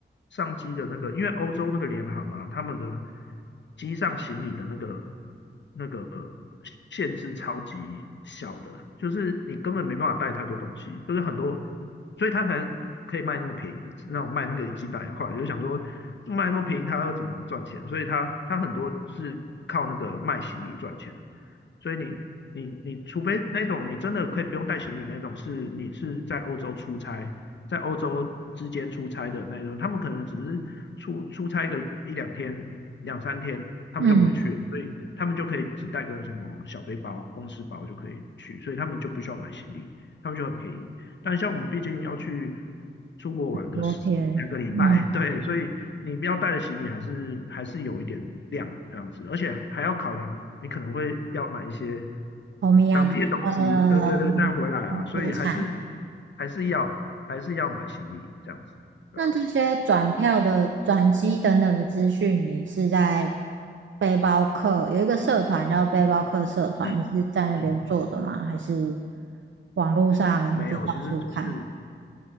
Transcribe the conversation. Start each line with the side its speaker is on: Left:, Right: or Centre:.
Left: 上机的那个，因为欧洲那个联航啊，他们的机上行李的那个那个限制超级小的，就是你根本没办法带太多东西，就是很多，所以他才可以卖那么便宜，那种卖那个几百块，就想说卖那么便宜，他要怎么赚钱？所以他他很多是靠那个卖行李赚钱，所以你你你除非那种你真的可以不用带行李那种，是你是在欧洲出差，在欧洲之间出差的那种，他们可能只是出出差个一两天，两三天，他们就回去了，
Right: 嗯，
Left: 所以他们就可以只带个什么小背包、公司包就可以去，所以他们就不需要买行李，他们就很便宜。但像我们毕竟要去出国玩个十两个礼拜，
Right: 昨天。嗯
Left: 对，所以你们要带的行李还是还是有一点量这样子，而且还要考量你可能会要买一些
Right: 欧米亚给呃
Left: 当地的东西，对对对，带回来啊，所以还是
Right: 出产。
Left: 还是要还是要买行李这样子，对啊。
Right: 那这些转票的、转机等等的资讯，你是在背包客有一个社团叫背包客社团，
Left: 嗯
Right: 你是在那边做的吗？
Left: 嗯，
Right: 还是网络上就到处看？
Left: 没有，其实就是